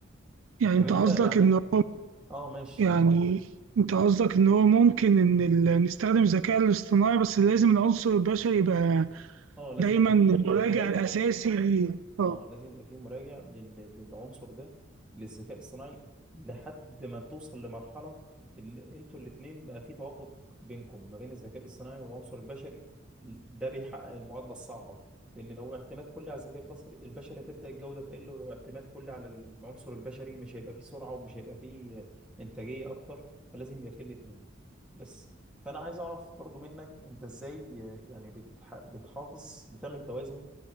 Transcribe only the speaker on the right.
يعني
انت
قصدك
ان هو
يعني انت قصدك ان هو ممكن ان ال- نستخدم الذكاء الاصطناعي بس لازم العنصر البشري يبقى
دايما
المراجع
الاساسي ليه اه